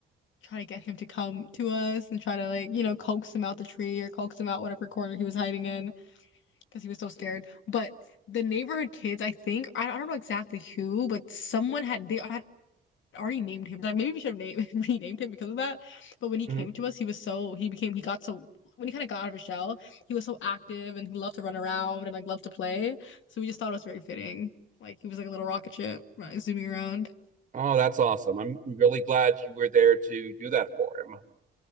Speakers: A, on the left; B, on the right.
A: try to get him to come to us and try to like, you know, coax him out the tree or coax him out whatever corner he was hiding in because he was so scared. But the neighborhood kids, I think, I don't know exactly who, but someone had they had already named him. Like maybe we should have named <laughs> renamed him because of that. But when he
B: Mhm.
A: came to us, he was so he became he got so when he kind of got out of his shell, he was so active and he loved to run around and like loved to play. So we just thought it was very fitting. Like he was like a little rocket ship, right, zooming around.
B: Oh, that's awesome. I'm really glad you were there to do that for him.